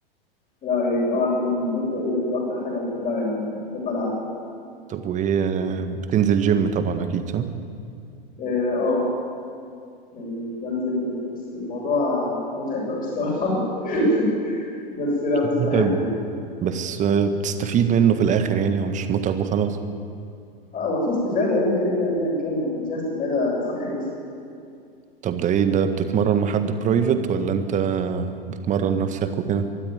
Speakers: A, on the left; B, on the right.
A: لأ يعني آه، دول دول تقريبًا دول أكتر حاجة باحبها يعني باحب ألعبها،
B: طب وايه آه، بتنزل جيم طبعا اكيد صح؟
A: آآ، آه، يعني بانزل و بس الموضوع مُتعب أوي الصراحة <laughs> بس لأ،
B: اكيد
A: بس
B: متعب
A: باحبه يعني،
B: بس آه، بتستفيد منه في الاخر يعني هو مش متعب وخلاص
A: آه، هو في استفادة يعني كده، كده أيًا كان يعني هتبقى فيها استفادة صح الجسم.
B: طب ده ايه ده بتتمرن مع حد برايفت ولا انت بتمرن نفسك وكده؟